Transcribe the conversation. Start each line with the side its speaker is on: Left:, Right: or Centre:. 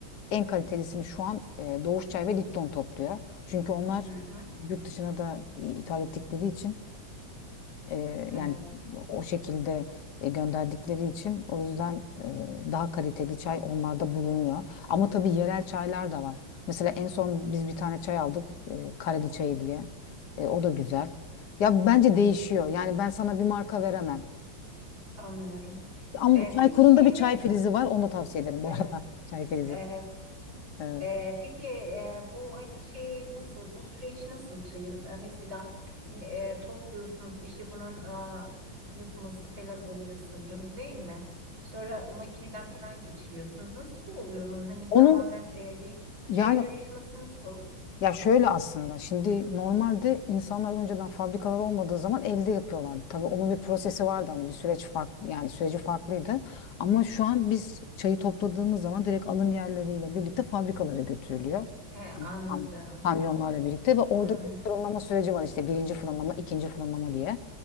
Left: en kalitelisini şu an e, Doğuş Çay ve Lipton topluyor. Çünkü onlar
Right: Hı hı.
Left: yurt dışına da ithal ettikleri için e,
Right: Evet.
Left: yani o şekilde e, gönderdikleri için o yüzden e, daha kaliteli çay onlarda bulunuyor. Ama tabii yerel çaylar da var. Mesela en son biz bir tane çay aldık e, Kareli çayı diye. E, o da güzel. Ya bence
Right: Hı hı.
Left: değişiyor. Yani ben sana bir marka veremem.
Right: Anlıyorum.
Left: Ama
Right: E,
Left: Çaykur'un
Right: peki şey
Left: da bir
Right: mi?
Left: çay frizi var. Onu da tavsiye ederim
Right: Evet.
Left: bu arada. <laughs> Çay frizi.
Right: Evet.
Left: Evet.
Right: E, peki e, bu hani şey nasıl? Bu süreç nasıl çayın? E, mesela e, topluyorsunuz işte bunun e, kurutması falan oluyor sanırım değil mi? Sonra makineden falan geçiriyorsunuz. Nasıl oluyor onun? Hani
Left: Onu
Right: tamamen e, bir
Left: yani
Right: çaya dönüşmesi nasıl?
Left: Ya şöyle aslında şimdi normalde insanlar önceden fabrikalar olmadığı zaman elde yapıyorlardı. Tabii onun bir prosesi vardı hani bir süreç farklı yani süreci farklıydı. Ama şu an biz çayı topladığımız zaman direkt alım yerleriyle birlikte fabrikalara götürülüyor.
Right: He anladım.
Left: Kam- kam- Kamyonlarla birlikte ve orada
Right: Hı hı
Left: bir fırınlama süreci var işte birinci fırınlama, ikinci fırınlama diye.